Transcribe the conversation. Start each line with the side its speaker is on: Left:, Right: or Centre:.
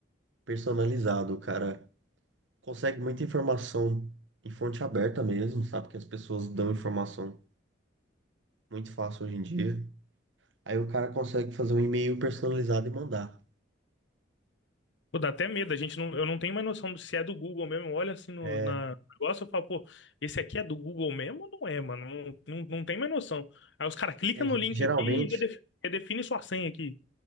Right: personalizado, o cara. Consegue muita informação em fonte aberta mesmo, sabe? Que as pessoas dão informação muito fácil hoje em dia. Aí o cara consegue fazer um e-mail personalizado e mandar.
Left: Pô, dá até medo, a gente não, eu não tenho mais noção se é do Google mesmo. Olha assim no
Right: É,
Left: na no negócio eu falo, pô, esse aqui é do Google mesmo ou não é, mano? Não, não, não tem mais noção. Aí os caras clicam
Right: é,
Left: no link
Right: geralmente,
Left: aqui e redef- redefine sua senha aqui.